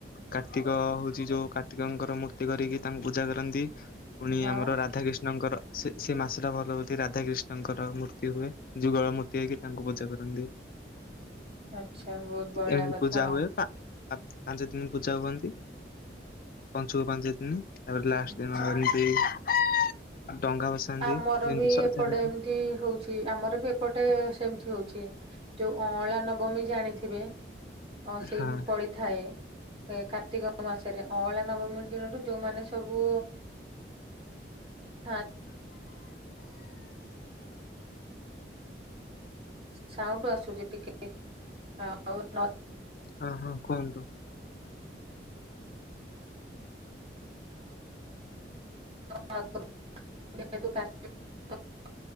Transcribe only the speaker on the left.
କାର୍ତ୍ତିକ ହଉଛି ଯୋଉ କାର୍ତ୍ତିକଙ୍କର ମୂର୍ତ୍ତି କରିକି ତାଙ୍କୁ ପୂଜା କରନ୍ତି। ପୁଣି
ଆମର
ରାଧାକିଷ୍ଣଙ୍କର ସେ ସେ ମାସଟା ଭଲ ହଉଛି ରାଧାକିଷ୍ଣଙ୍କର ମୂର୍ତ୍ତି ହୁଏ ଯୁଗଳ ମୂର୍ତ୍ତି। <unintelligible> ତାଙ୍କୁ ପୂଜା କରନ୍ତି
ଏମିତି
ପୂଜା
ହୁଏ। ପାଞ୍ଚ ଦିନ ପୂଜା ହୁଅନ୍ତି ପଞ୍ଚୁକ ପାଞ୍ଚ ଦିନ। ତାପରେ ଲାଷ୍ଟ
ଦିନ <inaudible> ଡଙ୍ଗା ଭସାନ୍ତି
ଯେମିତି
ସଜାରେ।
ହଁ
ହଁ ହଁ କୁହନ୍ତୁ।